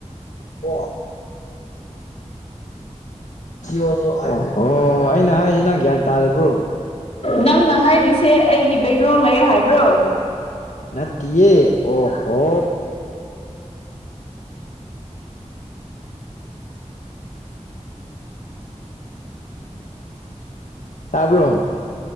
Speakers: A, on the left (about 80°); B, on the left (about 55°).
A: <inaudible> ꯑꯣꯍꯣ ꯑꯩꯅ ꯍꯥꯏꯁꯦ ꯅꯪ ꯒ꯭ꯌꯥꯟ ꯇꯥꯗꯕ꯭ꯔꯣ
B: ꯅꯪꯅ ꯍꯥꯏꯔꯤꯁꯦ ꯑꯩꯒꯤ ꯕꯦꯛꯒ꯭ꯔꯥꯎꯟ ꯂꯩ ꯍꯥꯏꯕ꯭ꯔꯣ
A: ꯅꯠꯇꯤꯌꯦ ꯑꯣꯍꯣ ꯇꯥꯕ꯭ꯔꯣ